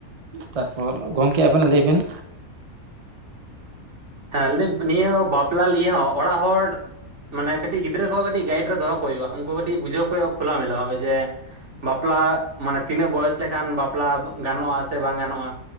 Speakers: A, on the right; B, on the right.
A: ᱛᱟᱯᱚᱨ ᱜᱚᱢᱠᱮ ᱟᱵᱮᱱ ᱞᱟᱹᱭ ᱵᱮᱱ᱾
B: ᱦᱮᱸ ᱞᱮᱯ <inaudible> ᱱᱤᱭᱟᱹ ᱵᱟᱯᱞᱟ ᱞᱤᱭᱟᱹ ᱦᱚᱸ ᱚᱲᱟᱜ ᱦᱚᱲ ᱢᱟᱱᱮ ᱠᱟᱹᱴᱤᱡ ᱜᱤᱫᱽᱨᱟᱹ ᱠᱚ ᱠᱟᱹᱴᱤᱡ ᱜᱟᱭᱤᱴ ᱨᱮ ᱫᱚᱦᱚ ᱠᱚ ᱦᱩᱭᱩᱜᱼᱟ, ᱩᱱᱠᱩ ᱠᱟᱹᱴᱤᱡ ᱵᱩᱡᱷᱟᱹᱣ ᱠᱚ ᱦᱩᱭᱩᱜᱼᱟ ᱠᱷᱩᱞᱟ ᱢᱮᱞᱟ ᱵᱷᱟᱵᱮ ᱡᱮ ᱵᱟᱯᱞᱟ ᱢᱟᱱᱮ ᱛᱤᱱᱟᱹᱜ ᱵᱚᱭᱚᱥ ᱞᱮᱠᱷᱟᱱ ᱵᱟᱯᱞᱟ ᱜᱟᱱᱚᱜᱼᱟ ᱥᱮ ᱵᱟᱝ ᱜᱟᱱᱚᱜᱼᱟ,